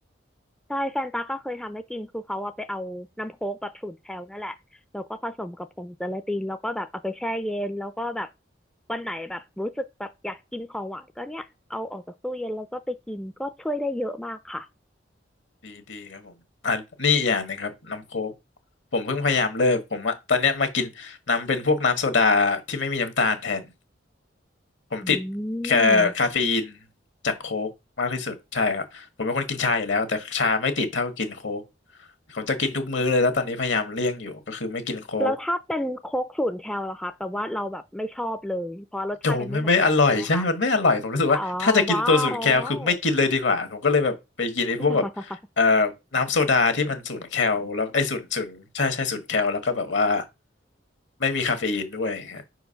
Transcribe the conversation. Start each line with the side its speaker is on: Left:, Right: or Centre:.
Centre: ใช่แฟนตาก็เคยทำให้กินคือเขาอะไปเอาน้ำโค้กแบบศูนย์แคลนั่นแหละแล้วก็ผสมกับผงเจลาตินแล้วก็แบบเอาไปแช่เย็นแล้วก็แบบวันไหนแบบรู้สึกแบบอยากกินของหวานก็เนี่ยเอาออกจากตู้เย็นแล้วก็ไปกินก็ช่วยได้เยอะมากค่ะ
Left: ดีดีครับผมอ่ะนี่อีกอย่างหนงครับน้ำโค้กผมเพิ่งพยายามเลิก ผมว่าตอนเนี้ยมากินน้ำเป็นพวกน้ำโซดาที่ไม่มีน้ำตาลแทน ผมติดแค่คาเฟอีน
Centre: อืม
Left: จากโค้กมากที่สุด ใช่ครับ ผมเป็นคนกินชาอยู่แล้วแต่ชาไม่ติดเท่ากินโค้กผมจะกินทุกมื้อเลยแล้วตอนนี้พยายามเลี่ยงอยู่ก็คือไม่กินโค้ก
Centre: แล้วถ้าเป็นโค้กศูนย์แคลล่ะคะแปลว่าเราแบบไม่ชอบเลยเพราะรสชาติมันไม่เหมือนกันใช่ไหมคะ
Left: โจไม่ไม่อร่อยใช่ มันไม่อร่อยผมรู้สึกว่าถ้าจะกินตัวศูนย์แคลคือไม่กินเลยดีกว่าผมก็เลยแบบไปกินไอ้พวกแบบเอ่อ
Centre: อ๋อว่าแล้ว <laughs>
Left: น้ำโซดาที่มันศูนย์แคลแล้วไอ้ศูนย์ศูนย์ใช่ใช่ศูนย์แคลแล้วก็แบบว่าไม่มีคาเฟอีนด้วยฮะ